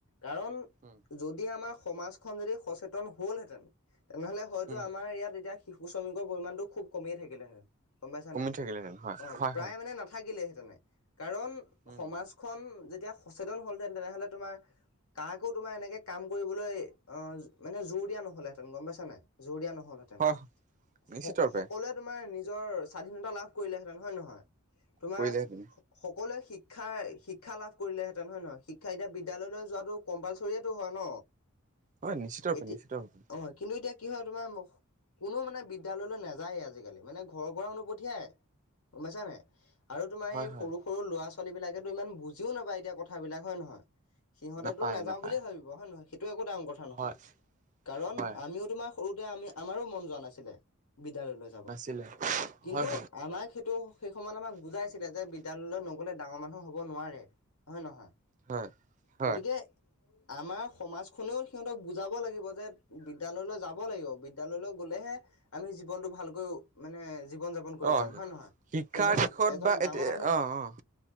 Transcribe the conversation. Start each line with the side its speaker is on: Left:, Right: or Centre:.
Left: কাৰণ
Right: উম
Left: যদি আমাৰ সমাজখন যদি সচেতন হ'লহেতেন তেনেহ'লে হয়তো
Right: উম,
Left: আমাৰ ইয়াত এতিয়া শিক কু শ্ৰমিকৰ পৰিমাণটো খুব কমিয়ে থাকিলেহেঁতেন গম পাইছা
Right: কমি
Left: নাই?
Right: থাকিলেহেঁতেন হয়,
Left: অ'
Right: হয়,
Left: প্ৰায়
Right: হয়,
Left: মানে নাথা থাকিলেহেঁতেনে কাৰণ
Right: উম,
Left: সমাজখন যেতিয়া সচেতন হ'লহেঁতেন তেনেহ'লে তোমাৰ কাকো তোমাৰ এনেকে কাম কৰিবলৈ অহ, মানে জোৰ দিয়া নহ'লেহেঁতেন গম পাইছা নাই, জোৰ দিয়া নহলহেঁতেন
Right: হয়,
Left: ন,
Right: নিশ্চিত
Left: স-
Right: ৰূপে
Left: সকলোৱে তোমাৰ নিজৰ স্বাধীনতা লাভ কৰিলেহেঁতেন হয়, নহয় তোমাৰ
Right: কৰিলেহেঁতেন।
Left: সকলোৱে শিক্ষা, শিক্ষা লাভ কৰিলেহেঁতেন হয়, নহয় শিক্ষা এতিয়া বিদ্যয়ালয়লৈ যোৱাটো কম্পালচৰী হয়, ন
Right: হয়, নিশ্চিত ৰূপে,
Left: এতি
Right: নিশ্চিত ৰূপে,
Left: অ', কিন্তু এতিয়া কি হয়, তোমাৰ কোনো মানে বিদ্যায়ললৈ নাযায়ে আজিকালি মানে ঘৰৰ পৰাও নপঠিয়াই গম পাইছানে নাই? আৰু তোমাৰ
Right: হয়,
Left: এই
Right: হয়,
Left: সৰু, সৰু ল'ৰা ছোৱালীবিলাকেটো ইমান বুজিও নাপায় এতিয়া কথাবিলাক হয়, নহয়? সিহঁতেতো
Right: নাপায়,
Left: নাযাওঁ
Right: নাপায়,
Left: বুলিয়ে ভাবিব হয়, নহয় সেইটো একো ডাঙৰ কথা নহয়,
Right: হয়,
Left: কাৰণ
Right: হয়।
Left: আমিও তোমাৰ সৰুতে আমি আমাৰো মন যোৱা নাছিলে বিদ্যালয়লৈ।
Right: নাছিলে,
Left: কিন্তু
Right: হয়,
Left: আমাক সেইটো সেই সময়ত আমাক বুজাইছিলে যে বিদ্যালয়লৈ নগ'লে ডাঙৰ মানুহ হ'ব নোৱাৰে হয়, নহয়!
Right: হয়, হয়, হয়,
Left: গতিকে আমাৰ সমাজখনেও সিহঁতক বুজাব লাগিব যে বিদ্যালয়লৈ যাব লাগিব, বিদ্যালয়ললৈ গ'লেহে আমি জীৱনটো ভালকৈ মানে জীৱন যাপন কৰিব
Right: অ'।
Left: পাৰিম হয়, নহয়
Right: শিক্ষাৰ
Left: জীৱনত
Right: দিশত
Left: এজন
Right: বা
Left: ডাঙৰ
Right: এতিয়া
Left: মানুহ হম
Right: অ', অ',